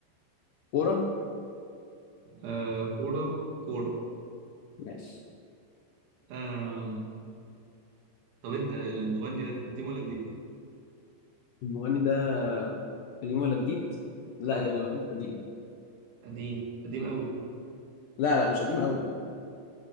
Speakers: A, on the left; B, on the right.
A: كورة
B: آه كورة كورة
A: ماشي
B: آه طب انت المغني ده قديم ولا جديد
A: المغني ده قديم ولا جديد لا
B: اه
A: يعني هو قديم
B: قديم قديم قوي
A: لا لا مش قديم قوي لا